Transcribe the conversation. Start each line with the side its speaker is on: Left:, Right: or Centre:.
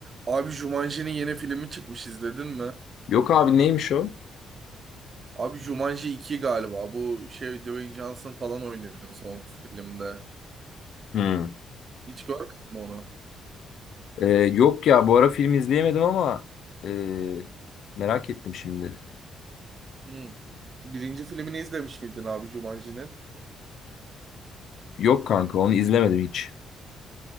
Right: Abi Jumanji'nin yeni filmi çıkmış izledin mi?
Left: Yok abi neymiş o?
Right: Abi Jumanji 2 galiba. Bu şey Dwayne Johnson falan oynuyor son filmde.
Left: Hmm.
Right: Hiç görmedin mi onu?
Left: Ee, yok ya bu ara film izleyemedim ama ee, merak ettim şimdi.
Right: Hmm. Birinci filmini izlemiş miydin abi Jumanji'nin?
Left: Yok kanka onu izlemedim hiç.